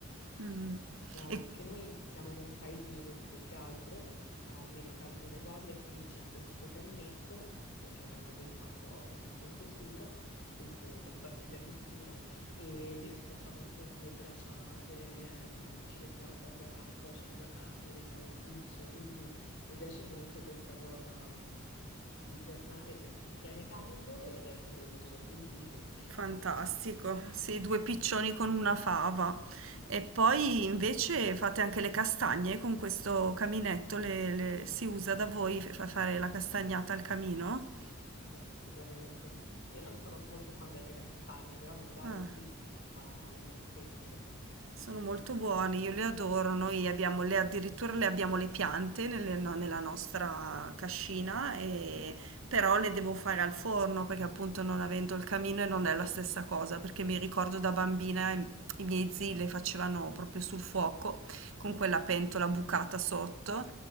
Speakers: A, on the right; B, on the left.
A: Mm.
B: No,
A: E
B: anche noi siamo in un paesino più che altro, almeno casa di mio padre, e quindi c'ha questo caminetto, perché è una casetta un po' per conto suo, quindi non dà fastidio a nessuno, e lì ci facciamo anche le braciate, ehm, ci mettiamo proprio a cuocere la carne, le salsicce, quindi mi piace molto questa cosa invernale perché tiene caldo ed è pure utile, quindi <laughs>
A: fantastico,
B: ci
A: sì, due piccioni con una fava. E poi invece fate anche le castagne con questo caminetto, le- le- si usa da voi fa- fare la castagnata al camino?
B: Assolutamente. Io non sono molto fan delle castagne, però mio padre
A: Ah.
B: sì, fa- le fa spesso.
A: Sono molto buoni, io li adoro. Noi abbiamo le, addirittura le abbiamo le piante nelle- no- nella nostra cascina, e- però le devo fare al forno perché appunto non avendo il camino e non è la stessa cosa, perché mi ricordo da bambina i, i miei zii le facevano proprio sul fuoco con quella pentola bucata sotto